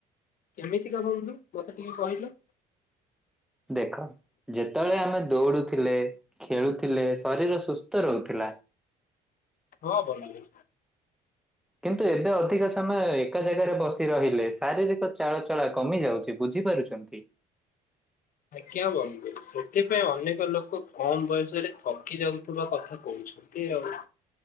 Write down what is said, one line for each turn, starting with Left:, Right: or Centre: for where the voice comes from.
Left: କେମିତିକା ବନ୍ଧୁ ମତେ ଟିକେ କହିଲ।
Centre: ଦେଖ ଯେତେବେଳେ ଆମେ ଦୌଡୁଥିଲେ ଖେଳୁଥିଲେ ଶରୀର ସୁସ୍ଥ ରହୁଥିଲା।
Left: ହଁ ବନ୍ଧୁ।
Centre: କିନ୍ତୁ ଏବେ ଅଧିକ ସମୟ ଏକା ଜାଗାରେ ବସି ରହିଲେ ଶାରୀରିକ ଚାଳଚଳା କମି ଯାଉଛି ବୁଝ୍ ଝି ପାରୁଛନ୍ତି।
Left: ଆଜ୍ଞା ବନ୍ଧୁ ସେଥିପାଇଁ ଅନେକ ଲୋକ କମ ବୟସରେ ଥକି ଯାଉ ଥୁବା କଥା କହୁଛନ୍ତି ଆଉ।